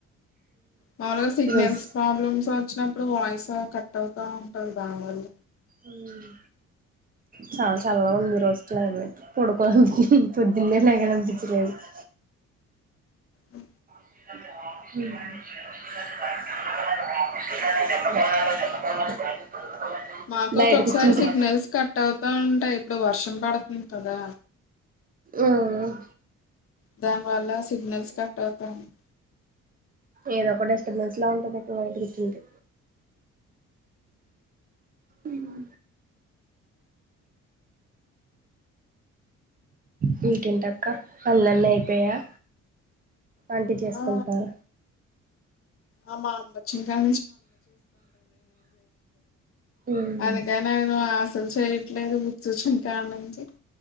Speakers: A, on the left; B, on the right.
A: మాములుగా సిగ్నల్స్
B: ఈరోజు
A: ప్రాబ్లమ్స్ వచ్చినప్పుడు వాయిస్ కట్ అవుతా ఉంటాది దానివల్ల
B: ఉమ్ చాలా చల్లగా ఉంది ఈ రోజు క్లైమేట్ పొడుకోవాలి అనివిస్తుంది పొద్దునే లెగాలి అనిపించలేదు <unintelligible>
A: అ
B: <unintelligible> <unintelligible>
A: మాకు
B: బయట
A: ఒక్కొక్కసారి
B: కూర్చుంటే
A: సిగ్నల్స్ కట్ అవుతా ఉంటాయి ఇప్పుడు వర్షం పడతుంది కదా
B: ఓహో
A: దాని వల్ల సిగ్నల్స్ కట్ అవుతా ఉంటాయి
B: ఏదో ఒక డిస్టబేన్స్ లా ఉంటది ఇటు బయట కూర్చుంటే ఉమ్ బ ఇంకేంటి అక్క పనులన్నీ అయిపోయాయా ఆంటీ చేసుకుంటార
A: ఆ, ఆ మా అమ్మ వచ్చిన కాడ
B: ఉమ్
A: అందుకే నేను ఆశలు చేయట్లేదు బుక్స్ వచ్చినకాడ నుంచి